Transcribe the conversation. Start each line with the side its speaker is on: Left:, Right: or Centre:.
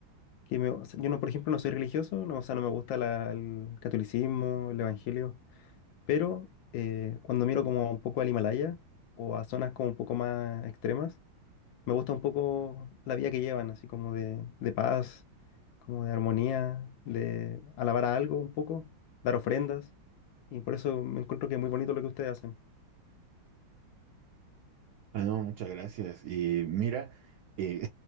Left: que me- o sea, yo no, por ejemplo, no soy religioso, no, o sea, no me gusta la- el catolicismo, el evangelio, pero eh, cuando miro como un poco al Himalaya o a zonas como un poco más extremas, me gusta un poco la vida que llevan, así como de, de paz, como de armonía, de alabar a algo un poco, dar ofrendas, y por eso me encuentro que es muy bonito lo que ustedes hacen.
Right: Ah, no, muchas gracias. Y mira, eh,